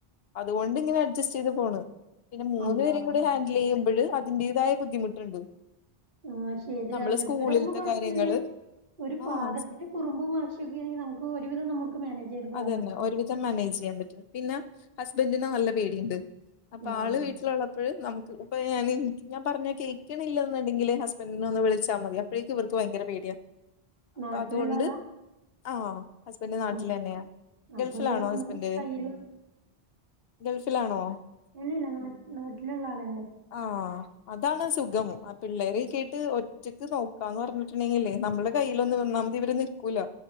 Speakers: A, on the left; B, on the right.
A: അതുകൊണ്ട് ഇങ്ങനെ അഡ്ജസ്റ്റ് ചെയ്ത് പോണ്. പിന്നെ മൂന്ന്
B: അള്ളാഹ്
A: പേരെയും കൂടെ ഹാൻഡിൽ ചെയ്യുമ്പോൾ അതിന്റേതായ ബുദ്ധിമുട്ടുണ്ട്.
B: ആഹ് ശരിയാ
A: നമ്മള്
B: അങ്ങൻത്തരാവുമ്പോ
A: സ്കൂളിലത്തെ
B: കൊഴപ്പല്ലൃ
A: കാര്യങ്ങള്
B: ഒരു പാകത്തിന്.
A: ആഹ്
B: കുറുമ്പും വാശിക്കോണെങ്കിൽ നമുക്ക് ഒരുവിധം നമുക്ക് മാനേജ് ചെയ്ത് പോകാൻ
A: അതന്നെ
B: പറ്റും
A: ഒരുവിധം മാനേജ് ചെയ്യാൻ പറ്റും പിന്നെ ഹസ്ബൻറ്റിനെ നല്ല പേടിയുണ്ട്. അപ്പോ
B: ആഹ്
A: ആള് വീട്ടിലുള്ളപ്പഴ് നമുക്ക്. ഇപ്പൊ ഞാൻ ഞാൻ പറഞ്ഞ കേക്ക്ണില്ലാന്നുണ്ടെങ്കിൽ ഹസ്ബൻറിനെ ഒന്ന് വിളിച്ചാമതി അപ്പോഴേക്കും ഇവർക്ക് ഭയങ്കര പേടിയാ.
B: <inaudible>
A: അപ്പൊ അതുകൊണ്ട്
B: ആളാ
A: ആഹ് ഹസ്ബന്റ്.
B: ആഹ്
A: ലെനെ
B: അപ്പൊ
A: ഗൾഫിലാണോ
B: ഒരുവിധം നമുക്ക്
A: ഹസ്ബൻഡ്
B: കയ്യില്
A: ഗൾഫിലാണോ.
B: ഇല്ലില്ല നാ നാട്ടിലുള്ള ആളന്നെ.
A: ആഹ് അതാണ് സുഖം പിള്ളേരൊക്കായിട്ട്. റ്റക്ക് നോക്കാന്ന് പറഞ്ഞിട്ടുണ്ടെങ്കിലേ നമ്മുടെ കൈയിൽ ഒന്ന് വന്നാൽ മതി ഇന്ന് നിക്കൂല